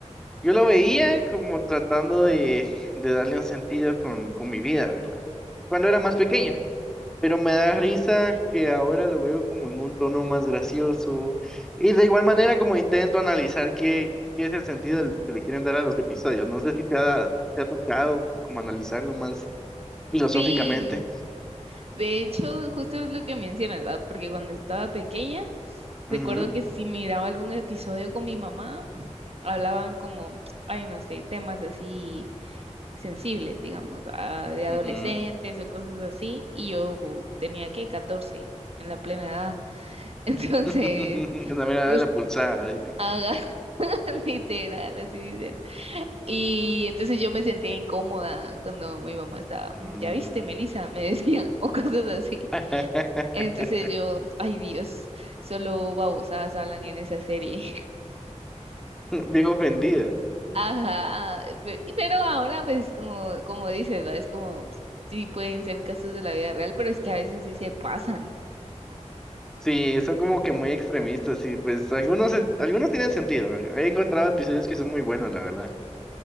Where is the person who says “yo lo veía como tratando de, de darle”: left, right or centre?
Centre